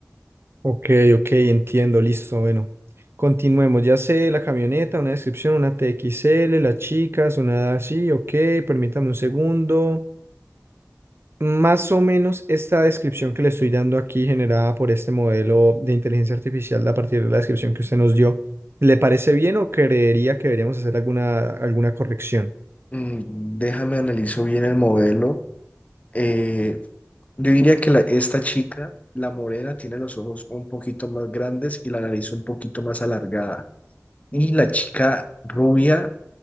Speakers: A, on the right; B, on the left.
A: Ok, ok, entiendo, listo, bueno. Continuemos, ya sé la camioneta, una descripción, una T X L, las chicas, una edad así, ok, permítame un segundo. Más o menos esta descripción que le estoy dando aquí, generada por este modelo de inteligencia artificial, a partir de la descripción que usted nos dio, ¿le parece bien o creería que deberíamos hacer alguna, alguna corrección?
B: Mm, Déjame analizo bien el modelo. Eh, yo diría que la- esta chica, la morena, tiene los ojos un poquito más grandes y la nariz un poquito más alargada. Y la chica rubia